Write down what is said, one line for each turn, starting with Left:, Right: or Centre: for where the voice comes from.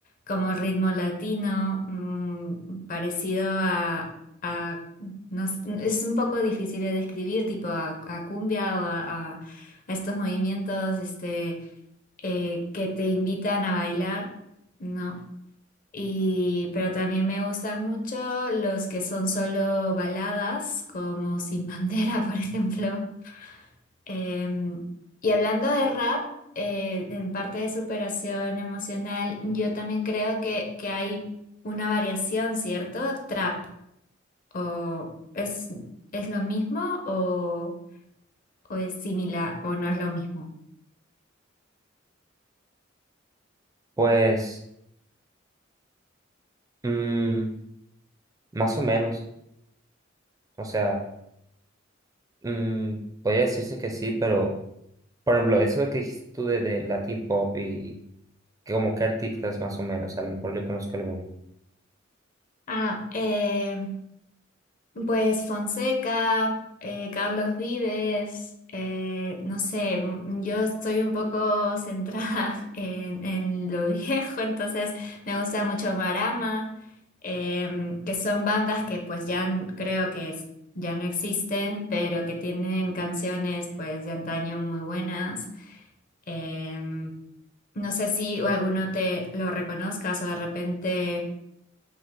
Left: como ritmo latino, mm, parecido a, a- no s- es un poco difícil de describir, tipo a, a cumbia o a, a- a estos movimientos este, eh, que te invitan a bailar. no. Y, pero también me gustan mucho los que son solo baladas, como Sin Bandera, <laughs> por ejemplo. Eh, y hablando de rap, eh, en parte de superación emocional, yo también creo que, que hay una variación, ¿cierto? Trap, o es, es lo mismo o, o es similar o no es lo mismo.
Right: Pues... mm, Más o menos, o sea, mm, podría decirse que sí, pero por ejemplo, eso de que dijiste tú de, de Latin Pop y que como qué artistas más o menos, a lo mejor yo conozco alguno.
Left: Ah, eh, Pues Fonseca, eh, Carlos Vives, eh, no sé, m- yo estoy un poco centrada <laughs> en, en lo viejo, entonces me gusta mucho Marama, em, que son bandas que pues ya n- creo que es- ya no existen, pero que tienen canciones pues de antaño muy buenas. Em, no sé si alguno te lo reconozcas o de repente...